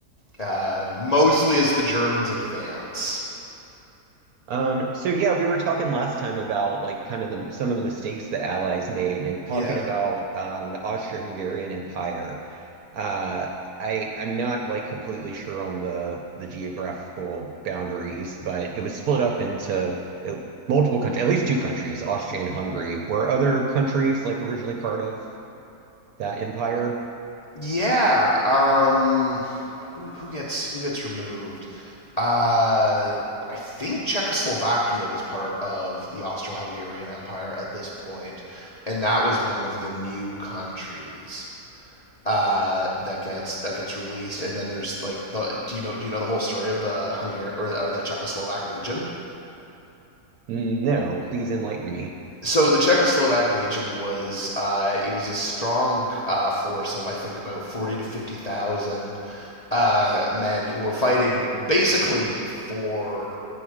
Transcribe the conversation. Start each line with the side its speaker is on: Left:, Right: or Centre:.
Left: Uh, mostly as the Germans advance.
Right: Um, So yeah, we were talking last time about like kind of the some of the mistakes the Allies made and talking
Left: Yeah,
Right: about um, the Austro-Hungarian Empire. Uh, I I'm not like completely sure on the the geographical boundaries, but it was split up into uh, multiple countries, at least two countries, Austria and Hungary. Were other countries like originally part of that empire?
Left: Yeah. Um, who who gets who gets removed? Uh, I think Czechoslovakia was part of the Austro-Hungarian Empire at this point, and that was one of the new countries uh, that gets that gets released. And then there's like the do you know do you know the whole story of the Hungar or of the Czechoslovak Legion?
Right: No, please enlighten me.
Left: So the Czechoslovak Legion was uh, it was a strong uh, force of I think about forty to fifty thousand uh, men who were fighting basically for